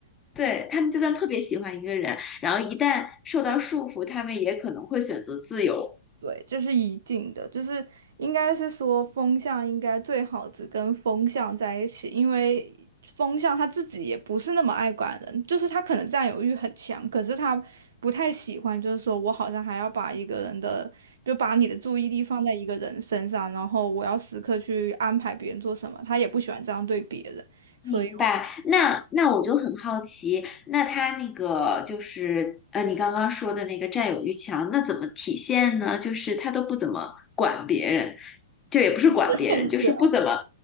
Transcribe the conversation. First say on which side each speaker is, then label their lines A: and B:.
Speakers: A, on the left; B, on the right.
A: 对，他们就算特别喜欢一个人，然后一旦受到束缚，他们也可能会选择自由。
B: 对，这是一定的，就是应该是说风向应该最好只跟风向在一起，因为风向他自己也不是那么爱管人，就是他可能占有欲很强，可是他不太喜欢，就是说我好像还要把一个人的，就把你的注意力放在一个人身上，然后我要时刻去安排别人做什么，他也不喜欢这样对别人，所以我就
A: 明白，那那我就很好奇，那他那个就是呃，你刚刚说的那个占有欲强，那怎么体现呢？就是他都不怎么管别人，这也不是管别人，
B: <laughs> 认识。
A: 就是不怎么